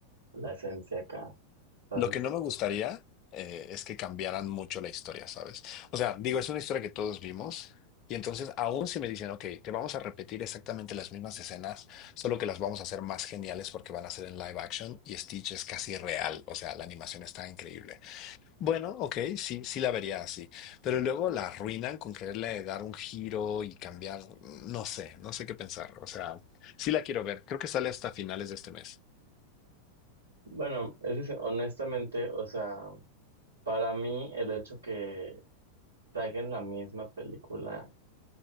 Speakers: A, on the right; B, on the left.
A: la esencia acá, ¿sabes?
B: Lo que no me gustaría eh, es que cambiaran mucho la historia, ¿sabes? O sea, digo, es una historia que todos vimos y entonces aún si me dicen, ok, te vamos a repetir exactamente las mismas escenas, solo que las vamos a hacer más geniales porque van a ser en live action y Stitch es casi real, o sea, la animación está increíble. Bueno, ok, sí, sí la vería así, pero luego la arruinan con quererle dar un giro y cambiar, no sé, no sé qué pensar, o sea, sí la quiero ver, creo que sale hasta finales de este mes.
A: Bueno, es que se- honestamente, o sea, para mí el hecho que saquen la misma película